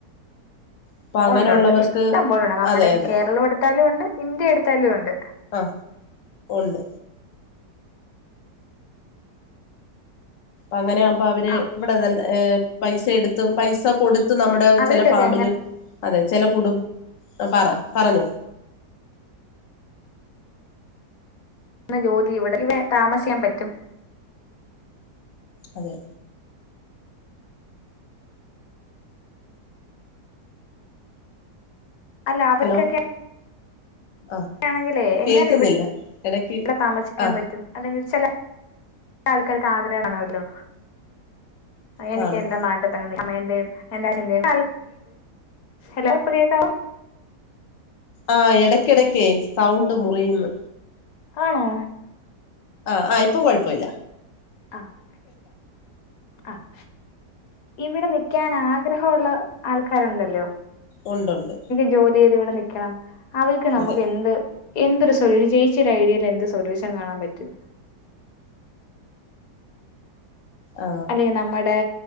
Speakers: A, on the left (about 85°); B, on the left (about 60°).
A: അപ്പൊ അങ്ങനെയുള്ളവർക്ക്
B: ഒണ്ട് ഒണ്ട് ഇഷ്ടം പോലൊണ്ട് നമ്മടെ
A: അതെ
B: ഇനി
A: അതെ
B: കേരളം എടുത്താലും ഒണ്ട് ഇന്ത്യ എടുത്താലും ഒണ്ട്
A: ആഹ് ഒണ്ട് അങ്ങനെ ആകുമ്പ അവര്
B: ആ
A: ഇവടെ അതല്ല പൈസ എടുത്ത് പൈസ കൊട് ത്ത് നമ്മടെ
B: അവർക്കൊക്കെ
A: ചെല ഫാമിലി
B: എങ്ങനെ
A: അതെ ചെല കുടും ആഹ് പറ പറഞ്ഞോ
B: ജോലി ഇവടെ ഇവ താമസിയാൻ പറ്റും
A: അതെ
B: അല്ല അവർക്കെക്കെ
A: ഹലോ ആ
B: ആണെങ്കിലെ എങ്ങനെ
A: കേൾക്കുന്നില്ല
B: ഇവിടെ
A: ഇടക്ക്
B: താമസിക്കാൻ
A: ആ
B: പറ്റും അല്ലെങ്കി ചെല ആൾക്കാർക്ക് ആഗ്രഹം കാണുവല്ലോ എനിക്ക്
A: കാണും
B: എന്റെ നാട്ട് അമ്മാന്റെയും എന്റെ അച്ഛന്റെയും ഹലോ കേൾക്കാവോ
A: ആഹ് എടയ്ക്ക എടക്കേ സൗണ്ട് മുറിയുന്ന്
B: ആണോ
A: ആഹ് ആഹ് ഇപ്പൊ കെഴപ്പയില്ല
B: ആഹ് ആഹ് ഇവിടെ നിക്കാൻ ആഗ്രഹവൊള്ള ആൾക്കാര് ഒണ്ടല്ലോ
A: ഒണ്ടൊണ്ട്
B: ജോലി ചെയ്ത് ഇവിടെ നിക്കണം അവർക്ക് നമക്ക്
A: അതെ
B: എന്ത് എന്തൊരു സൊല്യൂൻ ചേച്ചിയുടെ ഐഡിയയിൽ എന്ത് സൊല്യൂഷൻ കാണാൻ പറ്റും
A: ആ
B: അല്ലെങ്കിൽ നമ്മടെ